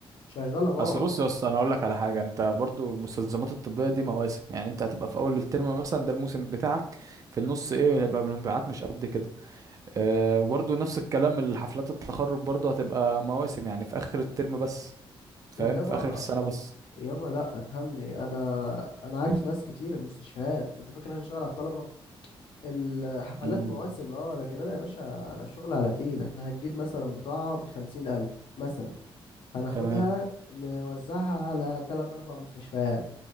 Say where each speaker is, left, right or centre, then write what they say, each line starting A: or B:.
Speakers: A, on the left (about 70°); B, on the right (about 40°).
A: شغاله نار
B: اصل بص يا اسطى انا اقول لك على حاجه انت برضو المستلزمات الطبيه دي مواسم يعني انت هتبقى في اول الترم مثلا ده الموسم بتاعك في النص ايه هيبقى المبيعات مش قد كده أه وبرضو نفس الكلام الحفلات التخرج برضو هتبقى مواسم يعني في اخر الترم بس فاهم
A: طب يابا
B: في اخر السنه بس
A: يابا لا افهمني انا انا عارف ناس كتير المستشفيات انت فاكر هنشتغل على الطلبه الحفلات
B: امم
A: مواسم اه لكن انا يا باشا انا شغل على تقيل احنا هنجيب مثلا بضاعة بخمسين الف مثلا هناخدها
B: تمام
A: نوزعها على تلات أربع مستشفيات